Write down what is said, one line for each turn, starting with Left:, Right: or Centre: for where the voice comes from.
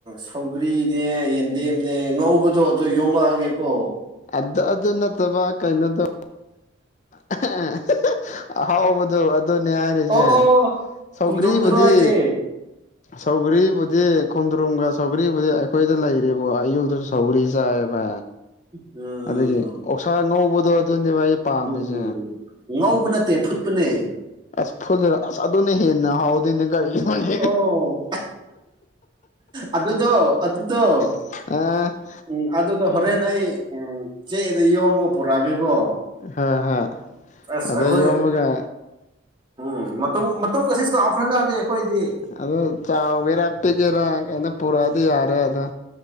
Right: ꯁꯧꯒ꯭ꯔꯤꯅꯦ ꯌꯦꯟꯗꯦꯝꯅꯦ ꯉꯧꯕꯗꯣ ꯑꯗꯨ ꯌꯣꯝꯂꯛꯑꯒꯦꯀꯣ
Left: ꯑꯗꯨ ꯑꯗꯨ ꯅꯠꯇꯕ ꯀꯩꯅꯣꯗꯣ <unintelligible> ꯑꯍꯥꯎꯕꯗꯣ ꯑꯗꯨꯅꯦ ꯍꯥꯏꯔꯤꯁꯦ
Right: ꯑꯣ ꯑꯣ
Left: ꯁꯧꯒ꯭ꯔꯤꯕꯨꯗꯤ
Right: ꯈꯣꯡꯗ꯭ꯔꯨꯝꯗꯨꯔꯣ ꯍꯥꯏꯁꯦ
Left: ꯁꯧꯒꯔꯤꯕꯨꯗꯤ ꯈꯣꯟꯗ꯭ꯔꯣꯝꯒ ꯁꯧꯒ꯭ꯔꯤꯕꯨꯗꯤ ꯑꯩꯈꯣꯏꯗ ꯂꯩꯔꯤꯕꯔꯤꯕꯣ ꯑꯌꯨꯜꯗꯁꯨ ꯁꯧꯒꯔꯤ ꯆꯥꯏꯕ
Right: ꯎꯝ
Left: ꯑꯗꯒꯤ ꯑꯣꯛꯁꯥ ꯉꯧꯕꯗꯣ ꯑꯗꯨꯅꯦꯕ ꯑꯩ ꯄꯥꯝꯃꯤꯁꯦ
Right: ꯎꯝ ꯉꯧꯕ ꯅꯠꯇꯦ ꯐꯨꯠꯄꯅꯦ
Left: ꯑꯁ ꯐꯨꯜ ꯑꯗꯨꯅꯅꯦ ꯍꯦꯟꯅ ꯍꯥꯎꯗꯨꯏꯅꯦ ꯇꯟꯅꯦ ꯀꯔꯤꯅꯣꯅꯦ
Right: ꯑꯣ ꯑꯗꯨꯗꯣ ꯑꯗꯨꯗꯣ
Left: <unintelligible>
Right: ꯎꯝ ꯑꯗꯨꯗꯣ ꯍꯣꯔꯦꯟ ꯑꯩ ꯎꯝ ꯆꯦꯛꯑꯅ ꯌꯣꯝꯃꯒ ꯄꯨꯔꯛꯑꯒꯦꯀꯣ
Left: ꯍꯥ ꯍ
Right: ꯑꯁ
Left: ꯑꯗꯩ
Right: ꯑꯩꯈꯣꯏ
Left: ꯌꯣꯝꯃꯒ
Right: ꯎꯝ ꯃꯇꯨꯝ ꯃꯇꯨꯡꯒ ꯑꯁꯤꯁꯨ ꯆꯥꯎꯥꯎꯈ꯭ꯔꯖꯥꯠꯅꯤ ꯑꯩꯈꯣꯏꯗꯤ
Left: ꯑꯗꯣ ꯆꯥꯎꯒꯦꯔꯥ ꯄꯤꯛꯒꯦꯔꯥ ꯀꯩꯅꯣ ꯄꯨꯔꯛꯑꯗꯤ ꯌꯥꯔꯦꯗ